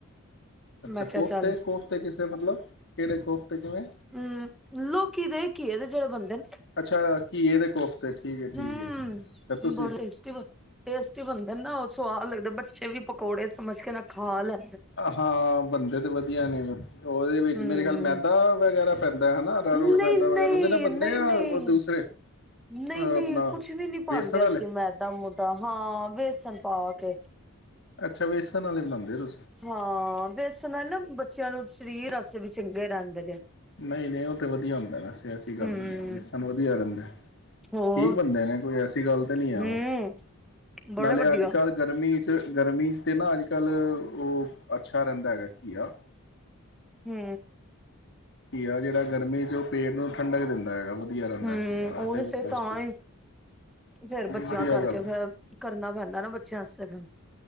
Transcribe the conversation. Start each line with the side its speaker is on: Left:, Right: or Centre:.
Left: ਅੱਛਾ
Centre: ਮੈਂ ਕਿਹਾ
Left: ਕੋਫਤੇ
Centre: ਚੱਲ
Left: ਕੋਫਤੇ ਕਿਸੇ ਮਤਲਬ ਕਿਹੜੇ ਕੋਫਤੇ? ਤੇ ਕਿਵੇਂ?
Centre: ਹੂੰ ਲੋਕੀ ਦੇ ਕੀ ਇਹਦੇ ਜਿਹੜੇ ਬੰਦੇ ਨੇ
Left: ਅੱਛਾ ਘੀਏ ਦੇ ਕੋਫਤੇ ਠੀਕ ਹੈ ਠੀਕ
Centre: ਹੂੰ,
Left: ਹੈ ਅੱਛਾ ਤੁਸੀਂ
Centre: ਬੜਾ ਟੇਸਟੀ ਟੇਸਟੀ ਬਣਦੇ ਨਾ ਉਹ ਸਵਾਦ ਦੇ ਬੱਚੇ ਵੀ ਪਕੌੜੇ ਸਮਝ ਕੇ ਨਾ ਖਾ ਲੈ
Left: ਹਾਂ ਬਣਦੇ ਤੇ ਵਧੀਆ ਨੇ ਉਹਦੇ ਵਿੱਚ
Centre: ਹਮ
Left: ਮੇਰੇ ਖਿਆਲ ਮੈਦਾ ਵਗੈਰਾ ਪੈਂਦਾ ਹੈ ਨਾ ਅਰਾਰੋਟ
Centre: ਨਹੀਂ
Left: ਮੈਦਾ
Centre: -ਨਹੀਂ
Left: ਵਗੈਰਾ ਉਹਦੇ ਨਾਲ ਬੰਦੇ
Centre: -ਨਹੀਂ-
Left: ਆ
Centre: ਨਹੀਂ-
Left: ਉਹ ਦੂਸਰੇ ਅਹ
Centre: ਨਹੀਂ- ਨਹੀਂ
Left: ਆਪਣਾ
Centre: ਕੁਛ ਵੀ ਨੀ
Left: ਬੇਸਣ
Centre: ਪਾਂਦੇ
Left: ਵਾਲੇ
Centre: ਅਸੀਂ ਮੈਦਾ ਮੂਦਾ ਹਾਂ ਵੇਸਣ ਪਾ ਕੇ
Left: ਅੱਛਾ ਵੇਸਨ ਵਾਲੇ ਬਣਾਦੇ ਤੁਸੀ
Centre: ਹਾਂ ਵੇਸ ਨਾਲੇ ਨਾ ਬੱਚਿਆਂ ਨੂੰ ਸਰੀਰ ਆਸ ਵੀ ਚੰਗੇ ਰਹਿੰਦੇ ਜੇ
Left: ਨਹੀਂ- ਨਹੀਂ ਉਹ ਤਾਂ ਵਧੀਆ ਹੁੰਦਾ ਵੈਸੇ ਐਸੀ ਗੱਲ
Centre: ਹਮ
Left: ਨੀ ਏ ਵੇਸਟ ਵਧੀਆ ਰਹਿੰਦਾ।
Centre: ਹੋਰ
Left: ਠੀਕ ਬਣਦੇ ਨੇ ਕੋਈ ਏਸ ਗੱਲ ਤੇ ਨਹੀਂੀ ਹੈ
Centre: ਹਮ
Left: ਉਹ
Centre: ਬੜੇ
Left: ਨਾਲੇ
Centre: ਵਧੀਆ
Left: ਅੱਜ ਕੱਲ੍ਹ ਗਰਮੀ ਚ ਗਰਮੀ ਚ ਤੇ ਨਾ ਅੱਜ ਕੱਲ੍ਹ ਉਹ ਅੱਛਾ ਰਹਿੰਦਾ ਹੈਗਾ ਕੀਆ
Centre: ਹੂੰ
Left: ਕੀਆ ਜਿਹੜਾ ਗਰਮੀ ਚ ਉਹ ਪੇਟ ਨੂੰ ਠੰਡਕ ਦਿੰਦਾ ਹੈਗਾ ਵਧੀਆ ਰਹਿੰਦਾ
Centre: ਹਮ
Left: ਘੀਆ ਵੈਸੇ
Centre: ਉਹੀ
Left: ਵੀ
Centre: ਤੇ
Left: ਪੌਸ਼ਟਿਕ
Centre: ਤਾਂ ਹੀ ਫਿਰ
Left: ਨਹੀਂ
Centre: ਬੱਚਿਆਂ
Left: ਵਧੀਆ
Centre: ਕਰਕੇ
Left: ਗੱਲ
Centre: ਫਿਰ ਕਰਨਾ ਪੈਂਦਾ ਨਾ ਬੱਚਿਆਂ ਆਸਤੇ ਫਿਰ